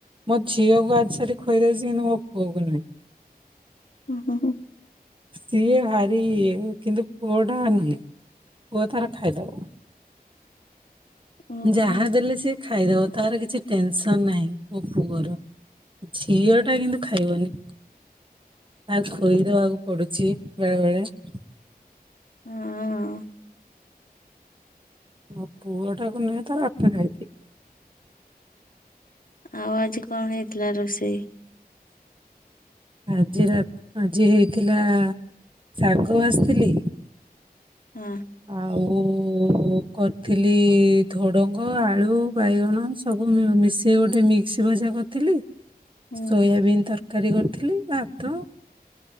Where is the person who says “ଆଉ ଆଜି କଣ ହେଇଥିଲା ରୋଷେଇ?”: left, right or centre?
Left